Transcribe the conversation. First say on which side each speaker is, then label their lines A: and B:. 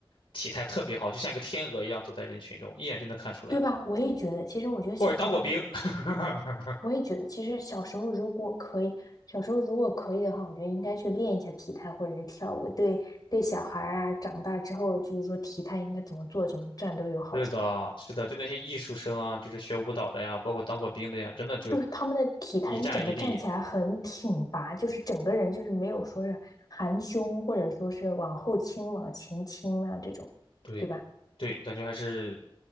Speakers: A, on the left; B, on the left.
A: 体态特别好，就像一个天鹅一样走在人群中，一眼就能看出来。
B: 对吧？我也觉得，其实我觉得小时候
A: 或者当过兵，<laughs>
B: 我也觉得，其实小时候如果可以，小时候如果可以的话，我觉得应该去练一下体态或者是跳舞，对对小孩儿啊，长大之后就是说体态应该怎么做，怎么站都有好处。
A: 是的，是的，就那些艺术生啊，就是学舞蹈的呀，包括当过兵的呀，真的就
B: 就是他们的体态一整个站起来很挺拔，
A: 一站一立，
B: 就是整个人就是没有说是含胸或者说是往后倾、往前倾啊这种，
A: 对，
B: 对吧？
A: 对，感觉还是